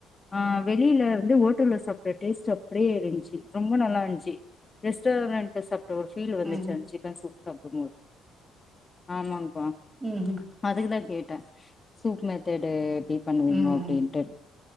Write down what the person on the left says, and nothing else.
ஆ வெளில வந்து ஓட் டல சாப்ட டேஸ்ட் அப்டியே இருந்ச்சு ரொம்ப நல்லா இருந்ச்சு ரெஸ்டாரண்ட் சாப் ஒருபீல் வந்துச்சு
அந்த சிக்கன் சூப் சாப்புடும்போது ஆமாங்க அப்ப
அதுக்குதா கே சாப்ட்ட சூப் மெத்தேடு எப்டி பண்ணுவீங்கோ
அப்டின்ட்டு